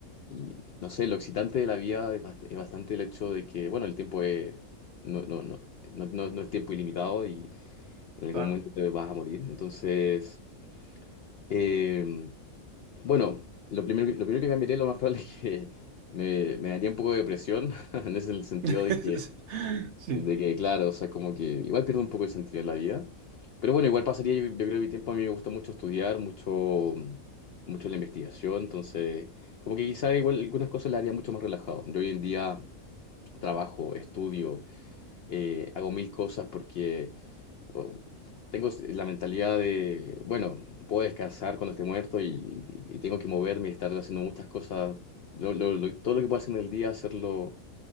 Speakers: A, on the left; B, on the right.
A: y, no sé, lo excitante de la vida es, bast- es bastante el hecho de que, bueno, el tiempo es, no, no, no, no, no- no es tiempo ilimitado y en algún
B: claro.
A: momento te vas a morir. Entonces, eh, bueno, lo primero, que- lo primero que cambiaría lo más probable es que me, me daría un poco de depresión, <laughs> en ese sentido
B: <laughs>
A: de que
B: Sí,
A: de que, claro, o sea, como que igual pierdo un poco el sentido de la vida. Pero bueno, igual pasaría, yo, yo creo que mi tiempo a mí me gusta mucho estudiar, mucho, mucho la investigación, entonces, como que quizá igual algunas cosas las haría mucho más relajado. Yo hoy en día trabajo, estudio, eh, hago mil cosas porque oh, tengo la mentalidad de, bueno, puedo descansar cuando esté muerto y, y- y tengo que moverme y estar haciendo muchas cosas, Lo- lo- lo- todo lo que pueda hacer en el día, hacerlo